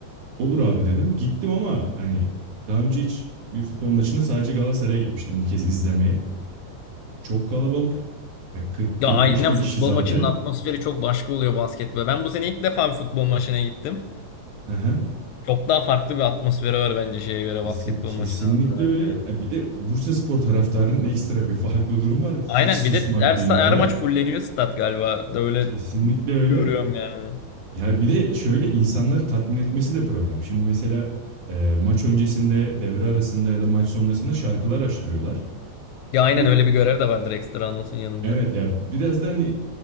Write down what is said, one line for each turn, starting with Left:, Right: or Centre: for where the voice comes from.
Right: olur abi dedim. Gittim ama hani daha önce hiç bir futbol maçına sadece Galatasaray'a gitmiştim bir kez izlemeye. Çok kalabalık. Ya 40-45
Left: Ya aynen
Right: bin
Left: futbol
Right: kişi zaten.
Left: maçının atmosferi çok başka oluyor basketbol. Ben bu sene ilk defa bir futbol maçına gittim.
Right: Aha.
Left: Çok daha farklı bir atmosferi var bence şeye göre
Right: Kesin-
Left: basketbol
Right: Kesinlikle
Left: maçına nazaran
Right: öyle.
Left: yani.
Right: Ya Bir de Bursaspor taraftarının ekstra bir farklı durum var. Hiç
Left: Aynen
Right: susmak
Left: bir de her,
Right: bilmiyorlar.
Left: sa- her maç fulleniyor stat galiba. Da öyle
Right: Kesinlikle öyle.
Left: görüyorum yani.
Right: Ya bir de şöyle insanları tatmin etmesi de problem. Şimdi mesela e, maç öncesinde, devre arasında ya da maç sonrasında şarkılar açtırıyorlar.
Left: Ya aynen
Right: Bu
Left: öyle bir görev de vardır ekstra anonsun yanında.
Right: evet ya biraz da hani